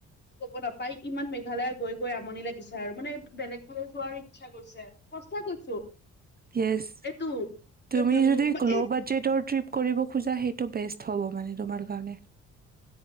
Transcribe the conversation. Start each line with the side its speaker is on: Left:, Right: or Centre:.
Left: ক'ব নাপাই ইমান মেঘালয়া গৈ গৈ আমনি লাগিছে আৰু মানে বেলেগ ফালে যোৱাৰ ইচ্ছা গৈছে, সচা কৈছো,
Right: য়েছ
Left: এইটো <unintelligible>
Right: তুমি যদি ল'
Left: এ
Right: বাজেটৰ ট্ৰিপ কৰিব খোজা সেইটো বেষ্ট হব মানে তোমাৰ কাৰণে।